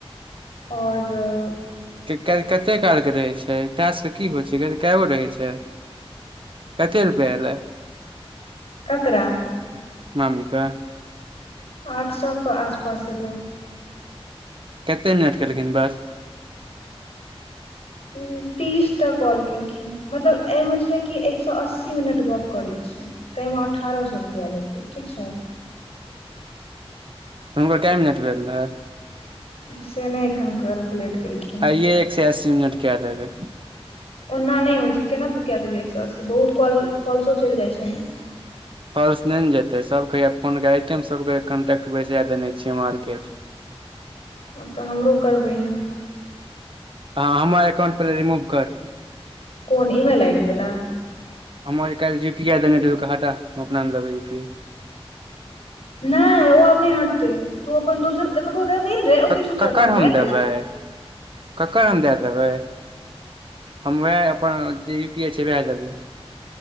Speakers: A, on the left; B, on the right.
A: और
B: <unintelligible> कते कालकेँ रहै छै टास्क की होइ छै कगो रहै छै कते रुपैया एलै
A: ककरा
B: मामी कऽ
A: आठ सै कऽ आसपास एलै है
B: कतेक मिनट केलखिन बस
A: नै तीसटा कॉल केलखिन मतलब एहिमे छै कि एक सौ अस्सी मिनट गप करै कऽ छै। तैम अठारह सौ रुपैया देतै ठीक छै।
B: तब हनकर कै मिनट भेल रहैय
A: से नै एखन कैलकुलेट केलखिन
B: आइए एक सै अस्सी मिनट कै देबै।
A: ओना नै होइ छै केना तू कए देबह एक सौ अस्सी बहुत कल फॉल्सो चैल जाइ छै न
B: फोल्स नै न जेते सब कऽ हया फोन <unintelligible> कांटेक्ट बेसा देने छै मार्केट
A: ह तऽ हमरो करबै है
B: हँ हमर एककाउंट पहिले रिमूव कर
A: कोन ईमेल आइ डी वला
B: हमर काल यू पी आई देने छैअलिए ओकरा हटा हम अपना मे लेबै यू पीई
A: नय ओ आब नय हटतै तू अपन दोसर ककरो द दे ने रे ओते
B: क-
A: छौ तोरा
B: ककर
A: कन्टै्ट
B: हम देबै ककर हम दए देबै हम ओएह अपन जे यू पी आइ छै ओएह देबै।